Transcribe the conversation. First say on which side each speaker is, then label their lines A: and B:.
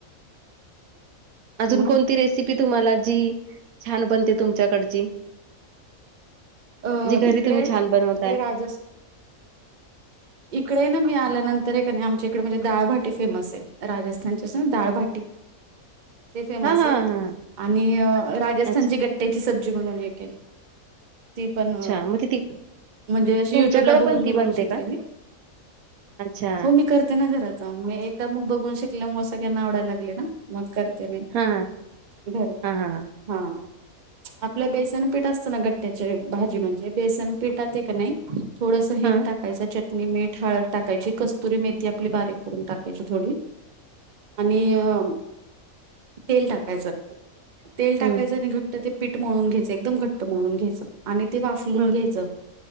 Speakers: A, on the right; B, on the right.
A: अजून
B: मग
A: कोणती रेसिपी तुम्हाला जी छान बनते तुमच्याकडची
B: अ,
A: जी
B: इकडे
A: घरी तुम्ही छान बनवताय
B: <unintelligible>
A: <inaudible>
B: इकडे ना मी आल्यानंतर हे कनाय, आमच्या इकडं म्हणजे दाळबाटी फेमस आहे राजस्थानची अस ना दाळबाटी.
A: <inaudible>
B: ते फेमस
A: हा
B: आहे
A: हा
B: आणि राजस्थानची
A: अच्छा.
B: गट्ट्याची सब्जी म्हणून एक आहे. ती पण
A: अच्छा मग ती
B: म्हणजे अशी
A: तुमच्याकडे
B: युट्युबला बघून
A: पण
B: बघून
A: ती बनते
B: शिकले
A: का
B: मी.
A: अच्छा
B: हो मी करते ना घरात जाऊन, मी एकदा मग बघून शिकले, म सगळ्यांना आवडायला लागले ना? मग, करते मी
A: हा
B: घरी,
A: हा हा
B: हा आपलं, बेसन पीठ असत ना, गट्ट त्याचे भाजी म्हणजे, बेसन पिठात हे का नाही, थोडंस हिंग
A: हा
B: टाकायचा, च नी मीठ हाळद टाकायची, कस्तुरी मेथी आपली बारीक करून टाकायची थोडी.
A: <inaudible>
B: आणि अ तेल टाकायचं, तेल टाकायचं
A: हम्म
B: आणि घट ट्ट ते पीठ मळून घ्यायच, एकदम घट्ट मळून घ्यायच. आणि ते वाफलून
A: हम्म
B: घ्यायचं,